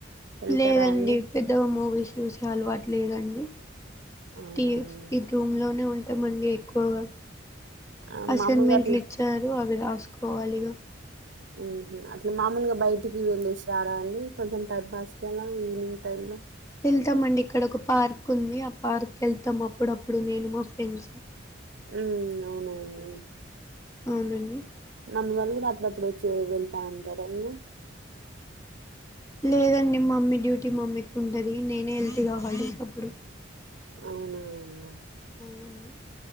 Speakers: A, on the right (about 70°); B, on the left (about 15°).
A: వెళ్తారా
B: లేదండి
A: అండి
B: పెద్దగా మూవీస్ సూసే అలవాటు లేదంన్ ఉ
A: అవునా
B: టీ
A: అండి
B: ఇగ్ రూమ్ లోనే ఉ త్త మండి ఎక్కువుగా
A: ఆ,
B: అసైన్మెంట్లు
A: మామూలుగా అట్లా
B: ఇచ్చారు. అ అవి రాసుకోవాలిగా
A: హుహు, అట్ల మామూలుగా బయటికి వెళ్ళేసి రారా అండి, కొంచెం టైబ్ పాస్కి అల ఈవినింగ్ టైమ్ లో
B: ఎళ్తామ్ అండి ఇక్కడ ఒక పార్క్ ఉంది, ఆ పార్క్ ఎళ్తాం అప్పుడప్పుడు నేను మా ఫ్రెండ్స్
A: ఉ అవునా అండి.
B: అవునండి
A: నమీ వాళ్ళు కూడబ్ అప్పుడప్పుడు వచ్చి వెళ్తా ఉంటారా అంని.
B: లేదండి మమ్మీ డ్యూటీ మమ్మీకి ఉంటది నేనే <unintelligible> కావాలికప్పుడు
A: అవునా అవును
B: అవునండి